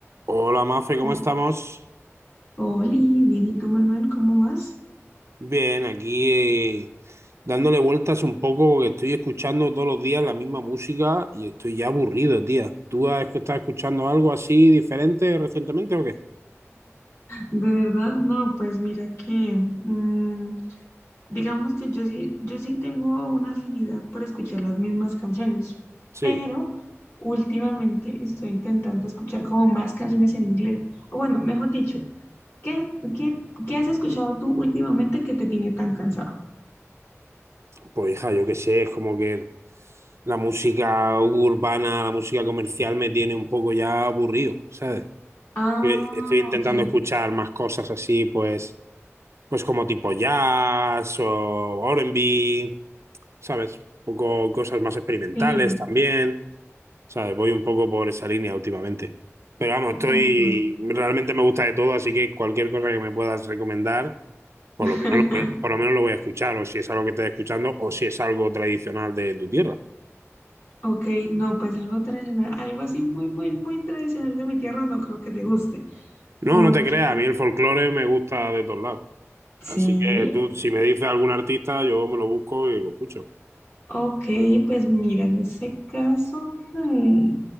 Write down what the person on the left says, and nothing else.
Hol-
Oli, bien, ¿y tú, Manuel, cómo vas?
De verdad, no, pues mira que, mm, digamos que yo sí, yo sí tengo una afinidad por escuchar las mismas canciones,
pero últimamente estoy intentando escuchar como más canciones en inglés. O bueno, mejor dicho, ¿qué, qué, qué has escuchado tú últimamente que te tiene tan cansado?
Ah,
ok,
sí,
claro, claro.
<laughs>
Ok, no, pues algo tradicional, algo así muy, muy, muy tradicional de mi tierra, no creo que te guste,
porque
sí,
ok, pues mira, en ese caso, hmm,